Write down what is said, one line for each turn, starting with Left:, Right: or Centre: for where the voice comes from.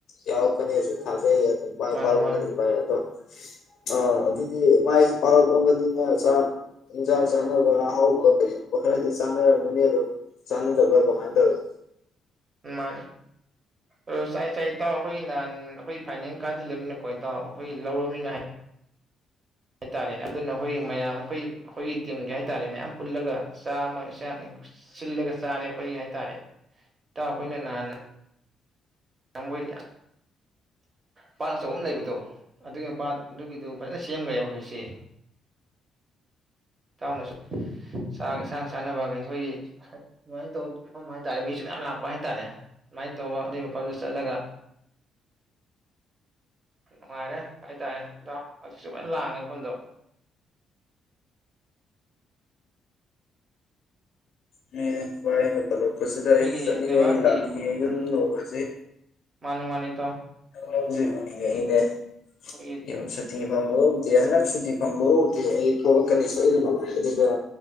Left: ꯌꯥꯋꯥ ꯀꯅꯤꯁꯨ ꯊꯥꯖ ꯃꯥꯏ
Right: ꯃꯥꯅꯦ
Left: ꯄꯥꯎ
Right: ꯃꯥꯅꯦ
Left: ꯊ ꯄꯥꯏꯣ ꯑ ꯑꯗꯨꯗꯤ ꯃꯥꯏꯁꯨ ꯄꯥꯂꯛꯕꯅꯤꯅ ꯏꯟꯁꯥꯡ ꯆꯥꯅꯕ ꯍꯧꯕ ꯀꯩꯒꯨꯝ ꯈꯔꯗꯤ ꯆꯥꯟꯅꯔꯝꯒꯅꯤ ꯑꯗꯨꯝ ꯆꯥꯟꯅꯗꯕ꯭ꯔꯥ ꯀꯃꯥꯏꯅ ꯇꯧꯋꯤ
Right: ꯃꯥ ꯑ ꯆꯥꯏ ꯆꯥꯏ ꯏꯇꯥꯎ ꯑꯩꯈꯣꯏꯒꯤ ꯅꯍꯥꯟ ꯑꯩꯈꯣꯏꯒꯤ ꯐꯥꯏꯅꯦꯟ ꯀꯥꯁꯤꯜꯂꯃꯤꯅꯀꯣ ꯏꯇꯥꯎ ꯑꯩꯈꯣꯏꯒꯤ ꯂꯧꯔꯕꯃꯤꯅ ꯍꯥꯏ ꯍꯥꯏꯇꯥꯔꯦꯅꯦ ꯑꯗꯨꯅ ꯑꯩꯈꯣꯏꯒꯤ ꯃꯌꯥꯝ ꯑꯩꯈꯣꯏ ꯑꯩꯈꯣꯏꯒꯤ ꯇꯤꯝꯒꯤ ꯍꯥꯏꯇꯥꯥꯔꯦ ꯃꯌꯥꯝ ꯄꯨꯜꯂꯒ ꯆꯥ ꯑꯃ ꯏꯟꯁꯥꯡ ꯁꯤꯜꯂꯒ ꯆꯥꯔꯦ ꯑꯩꯈꯣꯏ ꯍꯥꯏꯇꯥꯔꯦ ꯑꯩꯈꯣꯏꯅꯍꯥꯟ ꯌꯥꯝꯕꯨꯅꯤ ꯄꯥꯠ ꯑꯆꯧꯕ ꯑꯃ ꯂꯩꯕꯗꯣ ꯑꯗꯨꯒꯤ ꯃꯄꯥ ꯑꯗꯨꯒꯤꯗꯨ ꯐꯖꯅ ꯁꯦꯝꯈ꯭ꯔꯦꯕ ꯑꯩꯖꯤꯣꯏꯁꯤꯦ ꯇꯥꯎꯅ ꯆꯥꯛ ꯌꯦꯟꯁꯥꯡ ꯆꯥꯅꯕ ꯀ ꯑꯩꯈꯣꯏꯒꯤ ꯑꯗꯨꯃꯥꯏꯅ ꯇꯧꯕꯤꯐꯝ ꯍꯥꯏꯇꯥꯔꯦ ꯃꯤꯁꯨ ꯃꯌꯥꯝ ꯂꯥꯛꯄ ꯍꯥꯏꯇꯥꯔꯦ ꯁꯨꯃꯥꯏꯅ ꯇꯧꯕ ꯑꯗꯨꯒꯤ ꯃꯐꯝꯗꯨ ꯆꯠꯂꯒ ꯅꯨꯡꯉꯥꯏꯔꯦ ꯍꯥꯏꯇꯥꯔꯦ ꯏꯗꯥꯎ ꯑꯩꯁꯤꯁꯨꯨ ꯂꯥꯏꯅ ꯂꯥꯡꯉꯦ ꯃꯐꯝꯗꯣ
Left: ꯃꯤ ꯏ ꯅꯄꯂ ꯄꯨꯠꯁꯤꯗ ꯑꯩ
Right: ꯑꯩꯈꯣꯏꯒꯤ
Left: ꯆꯠꯅꯤꯡꯉꯩ
Right: ꯂꯩꯕꯥꯛꯀꯤ
Left: ꯂꯥꯛꯅꯤꯡꯉꯤ ꯌꯨꯝ
Right: ꯎꯝ
Left: ꯂꯣꯡꯔꯁꯤ
Right: ꯃꯥꯅꯦ - ꯃꯥꯅꯦ ꯏꯇꯥꯎ꯫
Left: <unintelligible>
Right: ꯍꯣꯏꯌꯦ꯫
Left: ꯌꯥꯝ ꯁꯨꯇꯤ ꯐꯪꯕ ꯎꯗꯦ ꯍꯟꯗꯛ ꯁꯨꯇꯤ ꯐꯪꯕꯒꯕꯨꯗꯤ ꯑꯩ ꯊꯣꯛꯂꯛꯀꯅꯤ ꯁꯣꯏꯗꯅ ꯚꯥꯏ ꯑꯗꯨꯗ꯫